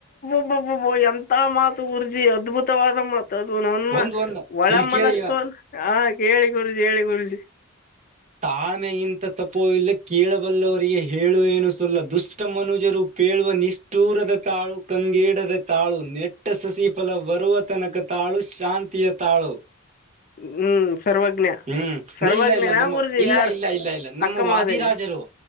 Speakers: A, on the left (about 40°); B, on the right (about 35°).
A: ಬ್ಬೊಬ್ಬಬ ಎಂತ ಮಾತು ಗುರ್ಜಿ ಅದ್ಭುತವಾದ. ಮದು ನನ್ನ
B: ಒಂದ್ ಒಂದು
A: ಒಳ
B: ಇಲ್ಲಿ
A: ಮನಸ್ಸು
B: ಕೇಳಿ
A: ಆ ಕೇಳಿ ಗುರುಜಿ ಹೇಳಿ ಗುರುಜಿ.
B: ತಾ್ಮೆಗಿಂತ ತಪ್ಪೋ ಇಿಲ್ಲ ಕೇಳಬಲ್ಲವರಿಗೆ ಹೇಳುವ ಏನು ಸಲ್ಲ ದುಷ್ಟ ಮನುಜರು. ಪೇಳುವ ನಿಷ್ಠೂರದ ತಾಳು ಕಂಗೇಡದ ತಾಳು ನೆಟ್ಟ ಸಸಿಫಲ ಬರುವ ತನಕ ತಾಳ. ತಾಳು ಶಾಂತಿಯ ತಾಳು.
A: ಹ್ಮ್. ಸರ್ವಜ್ಞ
B: ಹ್ಮ್
A: ಸರ್ವಜ್ಞ
B: ಇಲ್ಲ ಇಲ್ಲ
A: ನಾ
B: ನಮ್ಮ
A: ಗುರುಜಿ
B: ಇಲ್ಲ
A: ಯಾರು
B: ಇಲ್ಲ ಇಲ್ಲ ಇಲ್ಲ ನಮ್ಮ
A: ಅಕ್ಕ ಮಹಾದೇವಿ.
B: ವಾದಿರಾಜರು